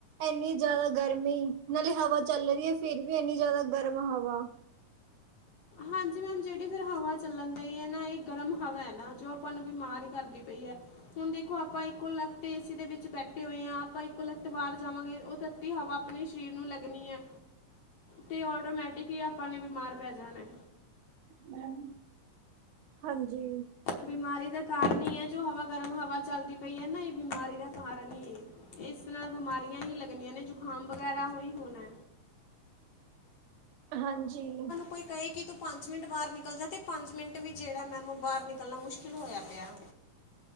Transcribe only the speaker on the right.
ਐਨੀ ਜਾਦਾ ਗਰਮੀ ਨਾਲੇ ਹਵਾ ਚੱਲ ਰੀਆ ਫੇਰ ਵੀ ਇੰਨੀ ਜਾਦਾ ਗਰਮ ਹਵਾ
ਮੈਮ ਹਾਂਜੀ।
ਹਾਂਜੀ।